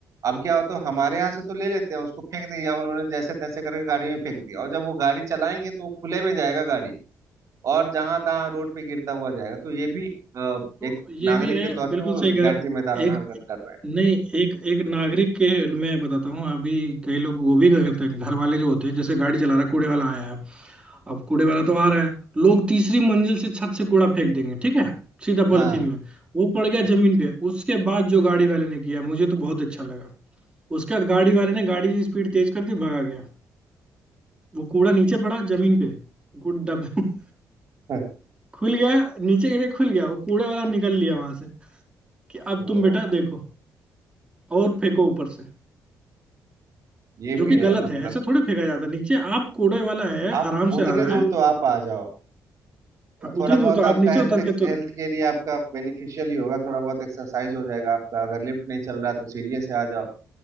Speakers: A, on the right; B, on the right.
A: अब क्या होता है हमारे यहाँ से तो ले लेते हैं उसको फेंक दिया उन्होंने जैसे तैसे करके गाड़ी में फेंक दिया और जब वो गाड़ी चलाएंगे तो वो खुले में जाएगा गाड़ी और जहां तहां रोड पे गिरता हुआ जाएगा तो ये भी अ,
B: तो
A: एक
B: ये
A: नागरिक
B: भी है
A: के तौर
B: बिल्कुल
A: पे वो
B: सही कह
A: गैर
B: रहे हो।
A: जिम्मेदाराना
B: एक
A: हरकत कर रहा
B: नहीं एक एक नागरिक के मैं बताता हूँ अभी कई लोग वो भी क्या करते हैं घर वाले जो होते हैं जैसे गाड़ी चला रहा है कूड़े वाला आया है अब कूड़े वाला तो आ रहा है लोग तीसरी मंजिल से छत से कूड़ा फेंक देंगे ठीक है सीधा पॉलिथीन
A: है हाँ
B: में वो पड़ गया
A: अच्छा
B: जमीन पे उसके बाद जो गाड़ी वाले ने किया मुझे तो बहुत अच्छा लगा उसके बाद गाड़ी वाले ने गाड़ी की स्पीड तेज कर दी भगा गया वो कूड़ा नीचे पड़ा जमीन पे गुड डब्बे <laughs> में
A: <laughs>
B: खुल गया नीचे गिरे खुल गया वो कूड़े वाला निकल लिया वहां से कि अब
A: ओ,
B: तुम बेटा
A: हो
B: देखो और फेंको ऊपर से
A: ये
B: जो
A: भी
B: कि
A: है
B: गलत
A: मतलब
B: है ऐसे थोड़ी फेंका जाता है नीचे आप कूड़े वाला है
A: आप
B: आराम
A: उतने
B: से आ रहा
A: दूर
B: है
A: तो आप आ जाओ तो
B: हाँ, उतनी
A: थोड़ा बहुत
B: दूर तो आप
A: आपका
B: नीचे
A: हेल्थ
B: उतर के तो
A: हेल्थ के लिए आपका बेनिफिशियल ही होगा थोड़ा बहुत एक्सरसाइज हो जाएगा आपका अगर लिफ्ट नहीं चल रहा है तो सीढ़ियों से आ जाओ